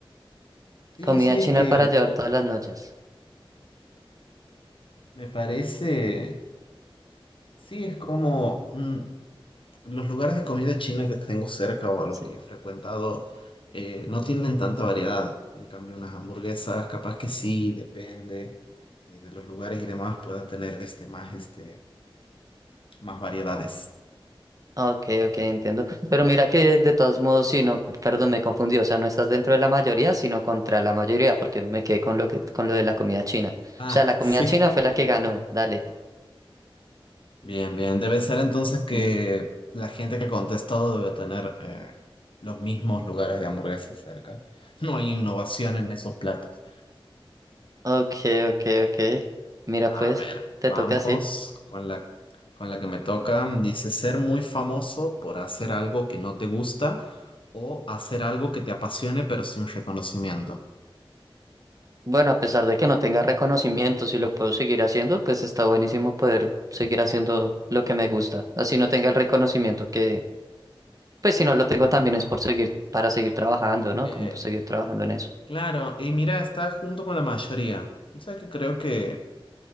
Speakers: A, on the left; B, on the right.
A: Sí,
B: Comida
A: sí,
B: china
A: es que
B: para llevar todas las noches.
A: me parece, sí, es como, mm, Los lugares de comida china que tengo cerca o a los
B: Sí.
A: que he frecuentado eh, no tienen tanta variedad. En cambio, unas hamburguesas, capaz que sí, depende eh, de los lugares y demás, puedan tener este, más, este, más variedades.
B: Ok, ok, entiendo. Pero mira que de todos modos, si no, perdón, me confundí. O sea, no estás dentro de la mayoría, sino contra la mayoría, porque me quedé con lo que, con lo de la comida china. O
A: Ah,
B: sea, la comida
A: <laughs> sí.
B: china fue la que ganó. Dale.
A: Bien, bien. Debe ser entonces que la gente que ha contestado debe tener eh, los mismos lugares de hamburguesas cerca. No hay innovación en esos platos.
B: Ok, ok, ok. Mira,
A: A
B: pues,
A: ver,
B: te
A: vamos
B: toca así.
A: con la, con la que me toca. Dice, ser muy famoso por hacer algo que no te gusta o hacer algo que te apasione pero sin reconocimiento.
B: Bueno, a pesar de que no tenga reconocimiento, si lo puedo seguir haciendo, pues está buenísimo poder seguir haciendo lo que me gusta. Así no tenga el reconocimiento que, Pues si no lo tengo también es por seguir, para seguir trabajando, ¿no?
A: Eh,
B: Como seguir trabajando en eso.
A: claro, y mira, está junto con la mayoría. O sea que creo que